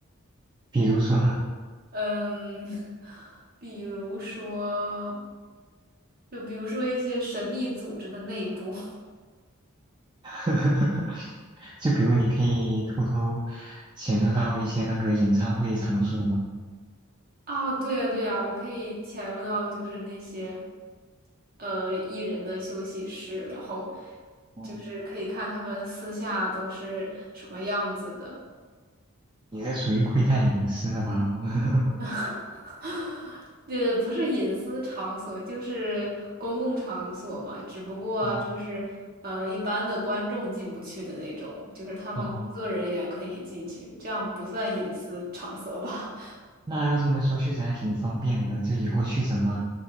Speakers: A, on the right (about 20°); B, on the right (about 45°).
A: 比如说呢？
B: 嗯，<laughs> 比如说，就比如说一些神秘组织的内部。<laughs>
A: <laughs> 就比如你可以偷偷潜入到一些那个演唱会场所嘛。
B: 啊，对呀，对呀，我可以潜入到就是那些，呃，艺人的休息室，然后
A: 哦，
B: 就是可以看他们私下都是什么样子的。
A: 你这属于窥探隐私了吧？我 <laughs>
B: <laughs> 呃，不是隐私场所，就是公共场所嘛，只不过就是呃，
A: 哦
B: 一般的观众进不去的那种，就是他们工作人员可以进去，
A: 哦，
B: 这样不算隐私场所吧？
A: 那要这么说，确实还挺方便的。就以后去什么